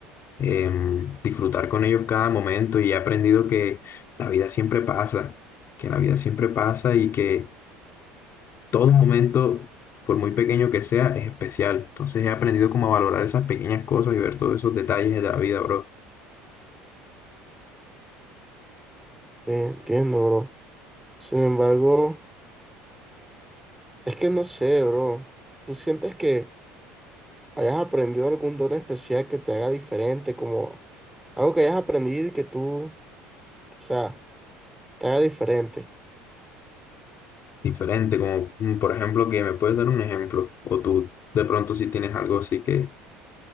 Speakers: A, on the left (about 45°); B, in the centre.
A: em, disfrutar con ellos cada momento y he aprendido que la vida siempre pasa, que la vida siempre pasa y que todo momento, por muy pequeño que sea, es especial. Entonces he aprendido como a valorar esas pequeñas cosas y ver todos esos detalles de la vida, bro.
B: sí, entiendo, bro. Sin embargo, es que no sé, bro. ¿Tú sientes que... hayas aprendido algún don especial que te haga diferente, como algo que hayas aprendido y que tú, o sea, te haga diferente.
A: Diferente, como mm, por ejemplo, que me puedes dar un ejemplo, o tú de pronto si tienes algo así que,